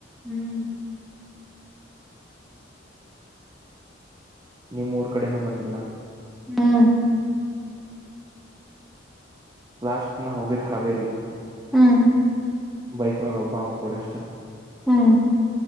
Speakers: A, in the centre; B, on the right (about 20°).
A: ಹ್ಮ್.
B: ನಿಮ್ಮೂರು ಕಡೆನೂ ಬಂದಿಲ್ಲ.
A: ಹ್ಮ್.
B: ಲಾಸ್ಟ್ ನ ಗೆ ನಾವು ಹೋಗಿದ್ದು ಹಾವೇರಿ.
A: ಹ್ಮ್
B: ಬೈಕ್ ಮೇಲೆ ಒಬ್ಬಾಮ ಪೂಡಷ್ಟ.
A: ಹ್ಮ್